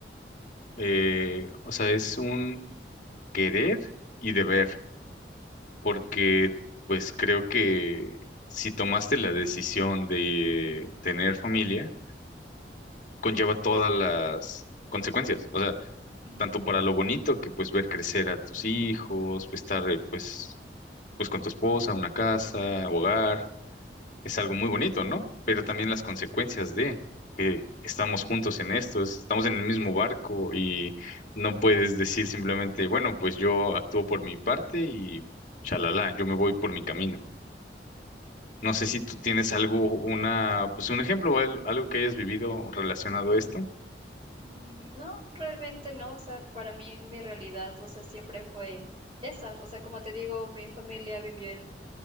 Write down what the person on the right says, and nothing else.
Mm,
mm, No, realmente no, o sea, para mí mi realidad, o sea, siempre fue esa, o sea, como te digo, mi familia vivió en,